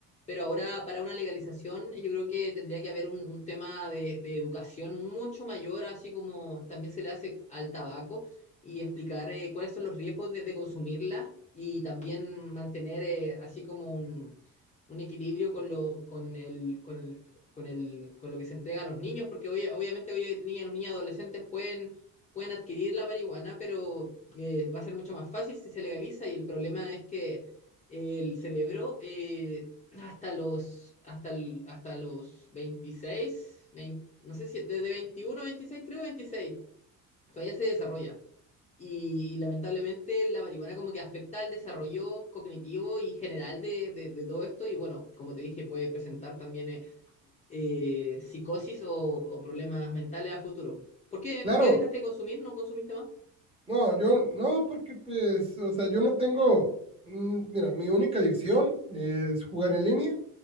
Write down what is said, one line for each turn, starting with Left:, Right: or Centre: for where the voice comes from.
Left: Pero ahora para una legalización yo creo que tendría que haber un, un tema de, de educación mucho mayor, así como también se le hace al tabaco y explicar eh, cuáles son los riesgos de, de consumirla y también mantener eh, así como un, un equilibrio con lo, con el, con el, con el, con lo que se entrega a los niños, porque hoy, obviamente hoy niñas, los niños adolescentes pueden, pueden adquirir la marihuana, pero eh, va a ser mucho más fácil si se legaliza y el problema es que el cerebro eh, hasta los hasta, el- hasta los 26 vein- no sé si desde 21 a 26, creo 26 todavía se desarrolla. Y, lamentablemente la marihuana como que afecta al desarrollo cognitivo y general de, de- de todo esto y bueno, como te dije, puede presentar también eh, eh, psicosis o, o problemas mentales a futuro. ¿Por qué,
Right: Claro,
Left: por qué dejaste de consumir? ¿No consumiste más?
Right: no, yo no, porque pues, o sea, yo no tengo, mm, mira, mi única adicción es jugar en línea